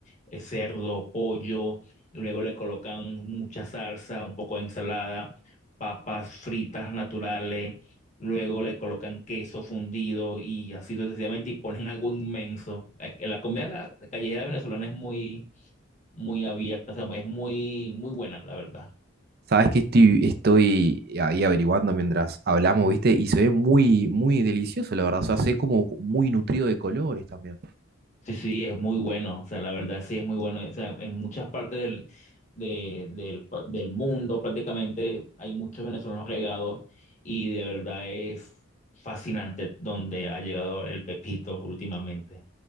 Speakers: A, on the left; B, on the right.
A: eh, cerdo, pollo, luego le colocan mucha salsa, un poco de ensalada, papas fritas naturales, luego le colocan queso fundido y así sucesivamente y ponen algo inmenso. La la comida ca- callejera venezolana es muy, muy abierta, o sea, es muy, muy buena, la verdad.
B: Sabés que estoy, estoy ahí averiguando mientras hablamos, ¿viste? Y se ve muy, muy delicioso, la verdad. O sea, se ve como muy nutrido de colores también.
A: Sí, sí, es muy bueno, o sea, la verdad sí es muy bueno, o sea, en muchas partes del, de- del, pa- del mundo prácticamente hay muchos venezolanos regados y de verdad es fascinante donde ha llegado el pepito últimamente.